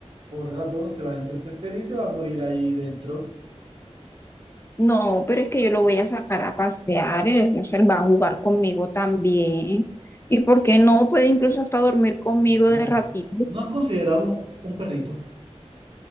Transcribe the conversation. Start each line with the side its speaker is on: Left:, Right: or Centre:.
Right: pobre ratón, se va a entretecer y se va a morir ahí dentro.
Left: No, pero es que yo lo voy a sacar a pasear, él, o sea, él va a jugar conmigo también. ¿Y por qué no? Puede incluso hasta dormir conmigo
Right: No,
Left: de ratito.
Right: ¿no has considerado un perrito?